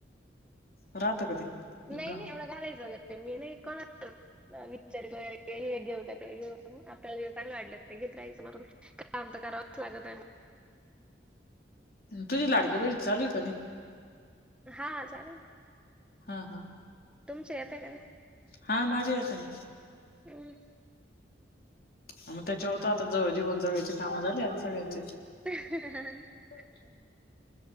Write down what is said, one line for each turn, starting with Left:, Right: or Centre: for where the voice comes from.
Left: राहत का ते
Centre: नाही
Left: गा
Centre: नाही एवढं घालायचं बगय ते मी नाही कोणा विचारी वगैरे घेऊ का तेेऊ आपल्याला जेव चांगलं वाटलं ते घेत राहायचं म काम तर करावंच लागत आहे.
Left: तुझं लाडक्याबहिनीचं चालू आहे का ते
Centre: हा चालू हाय
Left: हा हा
Centre: तुमच येत काय नई.
Left: हा माझ येत ना.
Centre: हम
Left: मग त्याच्यावर तर आता जीवन जगयाचे काम झाली आता सगळ्यांचे.
Centre: <unintelligible>
Left: अचछ <unintelligible>